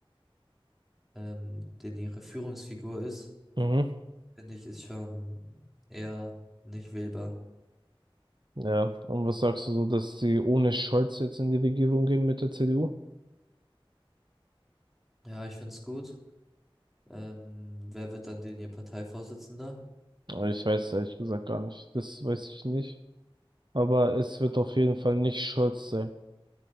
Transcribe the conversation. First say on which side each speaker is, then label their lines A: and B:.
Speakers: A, in the centre; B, on the right.
A: ähm, den ihre Führungsfigur ist,
B: Mhm.
A: finde ich, ist schon eher nicht wählbar.
B: Ja, und was sagst du so, dass sie ohne Scholz jetzt in die Regierung gehen mit der CDU?
A: Ja, ich finde es gut. Ähm, wer wird dann denn ihr Parteivorsitzender?
B: Aber Ich weiß es ehrlich gesagt gar nicht. Das weiß ich nicht. Aber es wird auf jeden Fall nicht Scholz sein.